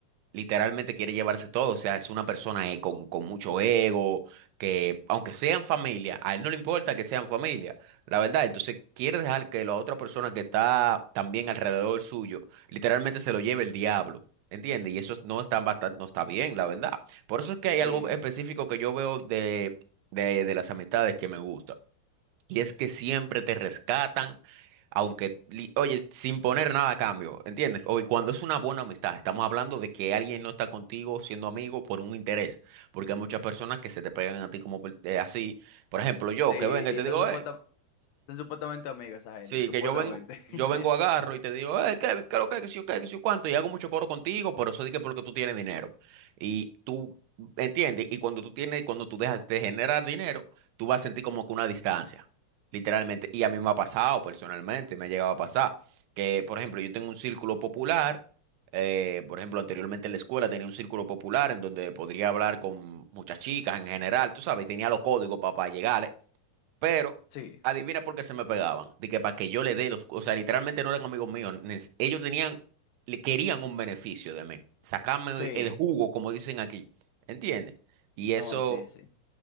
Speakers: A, on the right; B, on the left.
A: literalmente quiere llevarse todo. O sea, es una persona eh, con, con mucho ego, que aunque sean familia, a él no le importa que sean familia, la verdad. Entonces quiere dejar que la otra persona que está también alrededor suyo literalmente se lo lleve el diablo. ¿Entiendes? Y eso es- no está, bastante, no está bien, la verdad. Por eso es que hay
B: Sí,
A: algo específico que yo veo de, de, de las amistades que me gusta. Y es que siempre te rescatan, aunque, li- oye, sin poner nada a cambio, ¿entiendes? O, y cuando es una buena amistad, estamos hablando de que alguien no está contigo siendo amigo por un interés, porque hay muchas personas que se te pegan a ti como por- eh, así. Por ejemplo, yo
B: sí,
A: que venga
B: y
A: y te
B: y son,
A: digo,
B: supuesta-
A: hey,
B: son supuestamente amigos esa gente,
A: Sí,
B: supuestamente.
A: que yo vengo, yo
B: <laughs>
A: vengo, agarro y te digo, eh, Kevin, ¿qué, lo que, qué, sé yo qué, qué sé yo cuánto, y hago mucho coro contigo, pero eso dije porque tú tienes dinero. Y tú, ¿entiendes? Y cuando tú tienes, cuando tú dejas de generar dinero, tú vas a sentir como que una distancia, literalmente. Y a mí me ha pasado personalmente, me ha llegado a pasar, que, por ejemplo, yo tengo un círculo popular, eh, por ejemplo, anteriormente en la escuela tenía un círculo popular en donde podría hablar con muchas chicas en general, tú sabes, y tenía los códigos para, llegar. Pero
B: Sí,
A: adivina por qué se me pegaban. De que para que yo le dé los. O sea, literalmente no eran amigos míos. nes- Ellos tenían, le querían un beneficio de mí. Sacarme
B: sí,
A: el jugo, como dicen aquí. ¿Entiendes? Y
B: no,
A: eso
B: sí, sí.